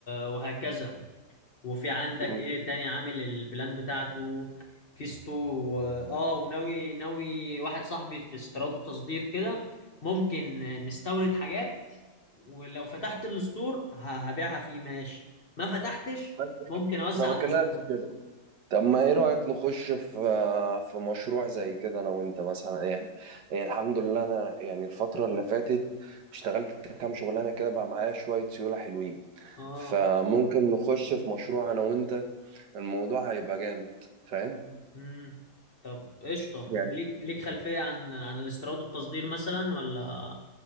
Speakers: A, on the left; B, on the right.
A: وهكذا وفي عندك
B: مم.
A: ايه تاني عامل البلان بتاعته في ستور و... اه وناوي ناوي واحد صاحبي في استيراد وتصدير كده ممكن نستورد حاجات ولو فتحت الستور ه- هبيعها فيه ماشي ما فتحتش
B: بس
A: ممكن اوزع
B: أنا بكلمك
A: على الستور
B: في كده طب ما ايه رأيك نخش في في مشروع زي كده انا وانت مثلا يعني يعني الحمد لله انا يعني الفترة اللي فاتت اشتغلت كام شغلانة كده بقى معايا شوية سيولة حلوين
A: اه
B: فممكن نخش في مشروع انا وانت الموضوع هيبقى جامد فاهم
A: امم طب قشطه
B: يعني
A: انت ليك ليك خلفيه عن عن الاستيراد والتصدير مثلا ولا